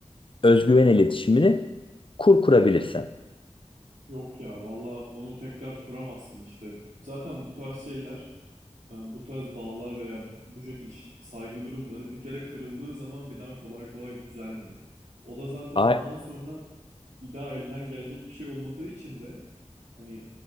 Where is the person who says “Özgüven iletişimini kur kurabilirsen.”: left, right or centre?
Left